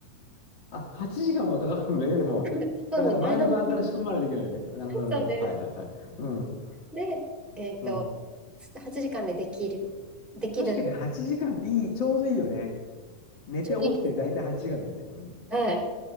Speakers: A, on the left; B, in the centre.
A: あ、8時間はかかるのね、でも。
B: <laughs> なんで、
A: だから前の晩から仕込まれていけないよね。
B: 前の晩に、
A: なるほど、なるほど。
B: そうです。
A: はいはいはい。うん、
B: で、えっと、
A: うん。
B: 8時間でできる。できるんで、
A: 確かに8時間っていい、ちょうどいいよね。寝て起きて大体8時間だもんね。
B: ちょうどいいですよ
A: うん。
B: はい。